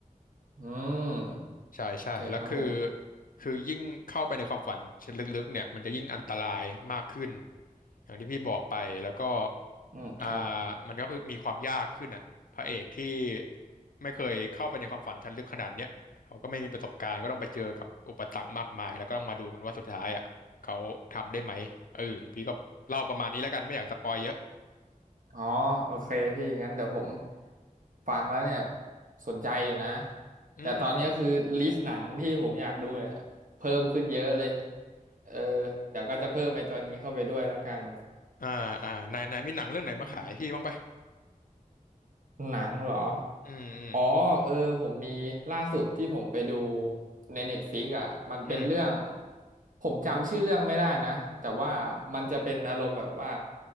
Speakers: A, on the right; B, on the left.
A: อืมโอเคครับผม
B: ใช่ใช่แล้วคือคือยิ่งเข้าไปในความฝันชั้นลึกๆเนี่ยมันจะยิ่งอันตรายมากขึ้นอย่างที่พี่บอกไปแล้วก็
A: อืมครับ
B: อ่ามันก็คือมีความยากขึ้นอ่ะพระเอกที่ไม่เคยเข้าไปในความฝันชั้นลึกขนาดเนี้ยเขาก็ไม่มีประสบการณ์ก็ต้องไปเจอกับอุปสรรคมากมายแล้วก็ต้องมาดูกันว่าสุดท้ายอ่ะเขาทำได้ไหมเออพี่ก็เล่าประมาณนี้แล้วกันไม่อยากสปอยเยอะ
A: อ๋อโอเคพี่งั้นเดี๋ยวผมฟังแล้วเนี่ยสนใจอยู่นะ
B: อืมอืม
A: แต่ตอนนี้คือลิสต์หนังที่ผมอยากดูเนี่ยเพิ่มขึ้นเยอะเลยเออเดี๋ยวก็จะเพิ่มไอ้ตัวนี้เข้าไปด้วยแล้วกัน
B: อ่าอ่านายนายมีหนังเรื่องไหนมาขายพี่บ้างปะ
A: อืมหนังเหรอ
B: อืมอืม
A: อ๋อเออผมมีล่าสุดที่ผมไปดูใน n e t f ฟ i ิกอ่ะมันเป็นเรื่อง
B: อืม
A: ผมจำชื่อเรื่องไม่ได้นะแต่ว่ามันจะเป็นอารมณ์แบบว่า